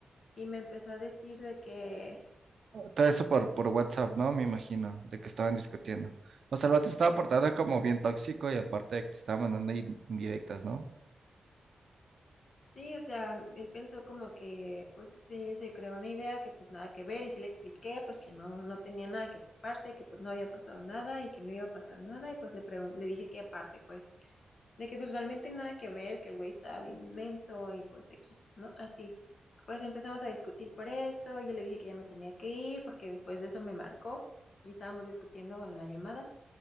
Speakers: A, on the left; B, on the right.
A: Y me empezó a decir de que
B: Todo eso por, por WhatsApp, ¿no? Me imagino, de que estaban discutiendo. O sea, el vato se estaba portando como bien tóxico y aparte de que te estaba mandando in- indirectas, ¿no?
A: Sí, o sea, él pensó como que, pues sí, se creó una idea que pues nada que ver y sí le expliqué, pues que no, no tenía nada que preocuparse, que pues no había pasado nada y que no iba a pasar nada y pues le pregun- le dije que aparte, pues, de que pues realmente nada que ver, que el güey estaba bien menso y pues X, ¿no? Así. Pues empezamos a discutir por eso, yo le dije que ya me tenía que ir porque después de eso me marcó y estábamos discutiendo en la llamada.